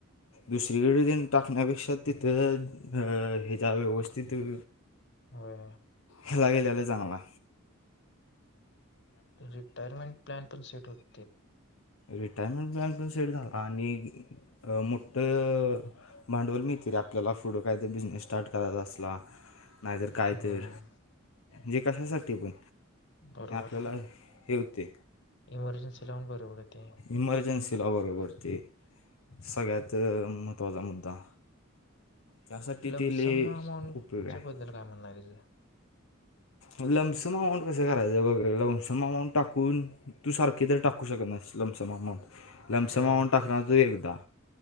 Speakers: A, on the left; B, on the left.
A: दुसरीकड तेन टाकण्यापेक्षा तिथं अ हेजा व्यवस्थित अ
B: होय
A: हेला गेल्याल चांगलाय.
B: रिटायरमेंट प्लॅन पण <unintelligible>
A: रिटायरमेंट प्लॅन पण सेट झाला आणि मोठ अ भांडवल मिळतंय रे आपल्याला पुढं कायतर बिझनेस स्टार्ट करायचा असला नाहीतर काय
B: हम्म.
A: तर जे कशासाठी पण
B: बरोबर
A: आपल्याला
B: आहे.
A: हे होतय.
B: इमर्जन्सी ला पण बर पडतंय.
A: इमर्जन्सीला बरोबरते सगळ्यात महत्त्वाचा मुद्दा. त्यासाठी
B: लमसम
A: ते लय
B: अमाऊंटच्या
A: उपयोग आहे
B: बद्दल काय म्हणणं आहे तुझ?
A: लमसम अमाऊंट कसं करायचं बग लमसम अमाऊंट टाकून. तू सारखी तरी टाकू शकत नाहीस लमसम अमाऊंट लमसम
B: होय.
A: अमाऊंट टाकणार तू एकदा.